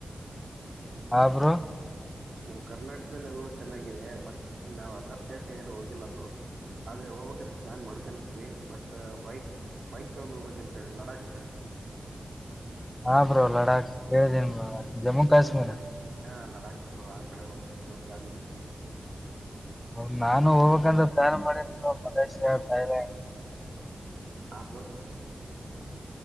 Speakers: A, on the left (about 20°); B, on the right (about 65°).
A: ಆಬರ
B: ನಮ ಕರ್ನಾಟಕದಲ್ಲಿ ಎಲ್ಲ ಚೆನ್ನಾಗಿದೆ ಮತ್ ನಾವ್ ಅದರ್ ಸ್ಟೇಟ್ ಏನು ಹೋಗಿಲ್ಲಬ್ರು ಆದ್ರೆ ಹೋಗ್ಬೇಕಕದ ಪ್ಲಾನ್ ಮಾಡ್ಕೊಂಡಿದ್ವಿ ಬಟ್ ಬೈಕ್ ಬೈಕ್ ತಗೊಂಡ್ ಹೋಗ್ಬೇಕಂತಿ ಲಡಾಕ್
A: ಹಾ ಬ್ರೋ ಲಡಾಕ್್ ಕೇಳ್ದೇನ್ ಬ್ರೋ ಜಮ್ಮು
B: ಹ್ಮ್
A: ಕಾಶ್ಮೀರ
B: ಹಾ ಲಡಾಖ ಆ ಕಡೆ ಹೋಗಂತ ಪ್ಲಾನ್ ಇದೆ
A: ಹ ನಾನು ಹೋಗ್ಬೇಕಂದ್ರ ಪ್ರಾರಂಭ ಮಾಡಿದ್ರು ಮಲೇಷ್ಯಾಾ ಥಾಯ್ಲ್ಯಾಂಡ್
B: ಆಬ್ರ